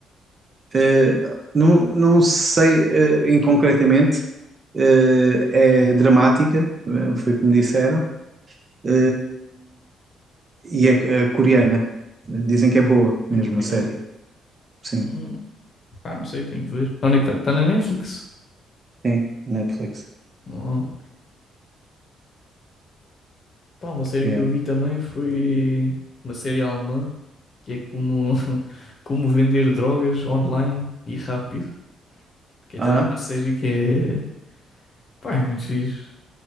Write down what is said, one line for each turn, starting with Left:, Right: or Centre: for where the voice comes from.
Right: Ah, não, não sei ah, em concretamente, ah, é dramática, ah, foi como disseram, ah, e é, é coreana. Dizem que é boa mesmo
Left: É coreano.
Right: a série. Sim,
Left: Hum, pá, não sei, tenho que ver. Onde é que está? Está na Netflix.
Right: sim, Netflix.
Left: Oh, Pá, uma série
Right: Yeah.
Left: que eu vi também foi uma série alemã que é como, <laughs> como vender drogas online e rápido. Que é
Right: Ah,
Left: também uma série que é, pá, é muito fixe.